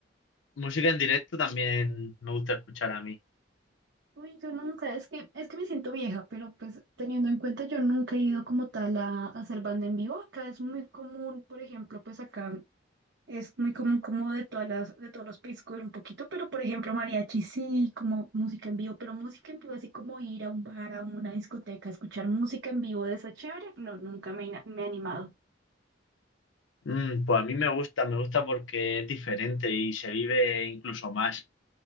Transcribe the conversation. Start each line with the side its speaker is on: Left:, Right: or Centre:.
Left: música en directo también me gusta escuchar a mí.
Right: Uy, yo nunca, es que, es que me siento vieja, pero pues teniendo en cuenta, yo nunca he ido como tal a, a hacer banda en vivo. Acá es muy común, por ejemplo, pues acá Es muy común como de todas las, de todos los países coger un poquito, pero por ejemplo mariachi sí, como música en vivo, pero música en vivo así como ir a un bar, a una discoteca, escuchar música en vivo de esa chévere, no, nunca me, he- me he animado.
Left: Mm, pues a mí me gusta, me gusta porque es diferente y se vive incluso más.